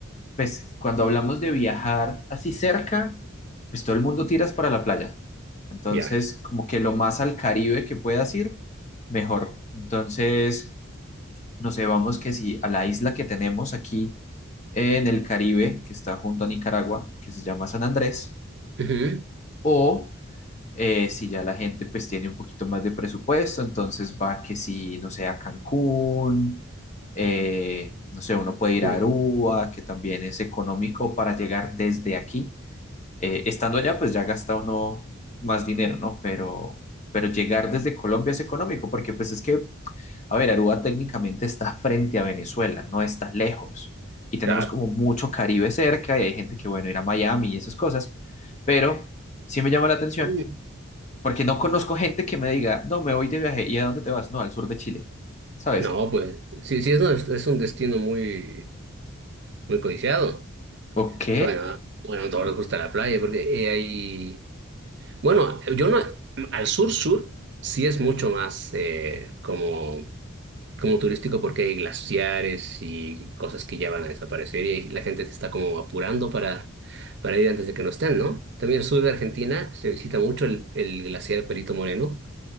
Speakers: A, on the left; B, on the right.
A: pues cuando hablamos de viajar así cerca, pues todo el mundo tiras para la playa. Entonces,
B: ya.
A: como que lo más al Caribe que puedas ir, mejor. Entonces, no sé, vamos que si a la isla que tenemos aquí en el Caribe, que está junto a Nicaragua, que se llama San Andrés,
B: ujú,
A: o eh, si ya la gente pues tiene un poquito más de presupuesto, entonces va que si, no sé, a Cancún, eh, no sé, uno puede ir
B: sí,
A: a Aruba, que también es económico para llegar desde aquí. Eh, estando allá, pues ya gasta uno más dinero, ¿no? Pero, pero llegar desde Colombia es económico, porque pues es que, a ver, Aruba técnicamente está frente a Venezuela, no está lejos. Y tenemos
B: claro.
A: como mucho Caribe cerca y hay gente que, bueno, ir a Miami y esas cosas, pero sí me llama la atención
B: Mm.
A: porque no conozco gente que me diga, no, me voy de viaje. ¿Y a dónde te vas? No, al sur de Chile. ¿Sabes?
B: No, pues, sí, sí, es, un- es un destino muy, muy codiciado.
A: Ok.
B: Bueno, bueno, a todos les gusta la playa porque eh, hay... Bueno, yo no, al sur-sur sí es mucho más eh, como, como turístico porque hay glaciares y cosas que ya van a desaparecer y ahí la gente se está como apurando para, para ir antes de que no estén, ¿no? También el sur de Argentina se visita mucho el, el glaciar Perito Moreno,